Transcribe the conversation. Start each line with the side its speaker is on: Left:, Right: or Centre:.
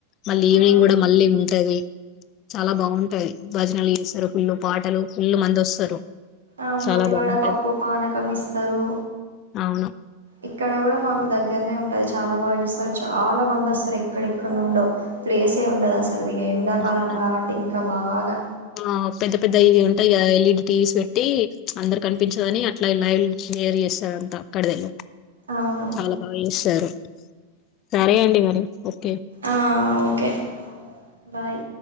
Left: మళ్ళీ
Right: ఆ
Left: ఈవినింగ్ కూడా మళ్ళీ ఉంటది. చాలా బాగుంటాది భజనలు చేస్తారు ఫుల్లు పాటలు ఫుల్లు మంద్ వస్తారు.
Right: అవును
Left: చాలా
Right: అదిగాడ
Left: బాగుంటాయి
Right: పప్పు పానకం ఇస్తారు
Left: అవును
Right: ఇక్కడ కూడా మాకు దగ్గర దగ్గరనే ఉంటది చాలా బాగా చస్తారు చాలా మంది వస్తారు. ఎక్కడెక్కడ నుండో ప్లేసే ఉండదు అస సలు ఇక ఎండాకాలం
Left: అవునా
Right: కాబట్టి ఇంకా బాగా
Left: ఆ పెద్ద పెద్ద ఇది ఉంటాయి కదా ఎల్ఈడి టీవీస్ పెట్టి అందరు కనిపించదని అట్లా లైవ్ హీయర్ చేస్తారు అంత అక్కడిదళ్ళ
Right: అవును
Left: చాలా బాగా చేస్తారు. సరే అండి మరి ఓ
Right: ఆ ఓకే బాయ్